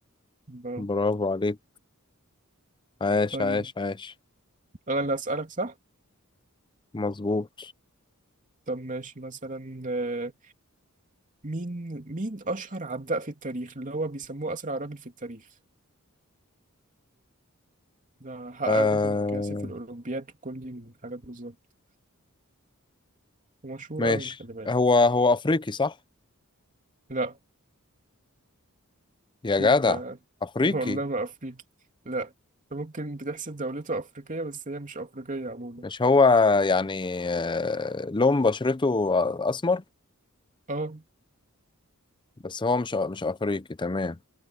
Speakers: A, on the right; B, on the left.
A: ب-
B: برافو عليك عاش
A: طيب
B: عاش عاش
A: أنا اللي هسألك صح؟
B: مظبوط
A: طب ماشي مثلا آه، مين مين أشهر عداء في التاريخ اللي هو بيسموه أسرع راجل في التاريخ ده حقق
B: آه
A: رقم قياسي في الأولمبياد وكل دي من الحاجات بالظبط ومشهور
B: ماشي
A: أوي خلي بالك
B: هو هو افريقي صح
A: لا
B: يا
A: دي
B: جدع
A: أنت
B: افريقي
A: <laughs> والله ما أفريقي لا أنت ممكن بتحسب دولته أفريقية بس هي مش أفريقية عموما
B: مش هو يعني آه، لون بشرته اسمر
A: أه
B: بس هو مش مش افريقي تمام